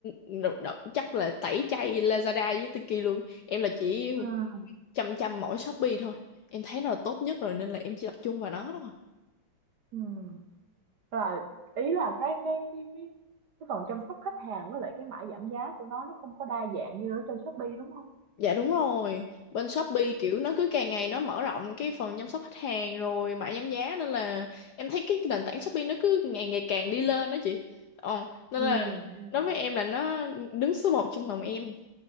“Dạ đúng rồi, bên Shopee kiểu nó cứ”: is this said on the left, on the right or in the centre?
Left